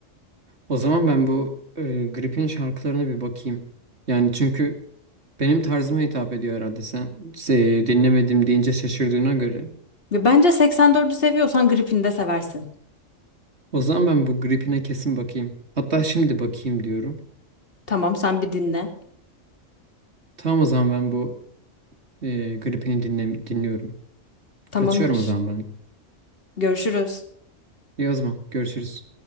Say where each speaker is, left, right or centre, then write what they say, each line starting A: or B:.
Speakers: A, on the right; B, on the left.
A: O zaman ben bu e, Gripin şarkılarına bir bakayım. Yani çünkü benim tarzıma hitap ediyor herhalde. Sen se- dinlemedim deyince şaşırdığına göre.
B: Ve bence 84'ü seviyorsan Gripin de seversin.
A: O zaman ben bu Gripin'e kesin bakayım. Hatta şimdi bakayım diyorum.
B: Tamam sen bir dinle.
A: Tamam o zaman ben bu e, Gripin'i dinle dinliyorum.
B: Tamamdır.
A: Kaçıyorum o zaman ben.
B: Görüşürüz.
A: İyi o zaman. Görüşürüz.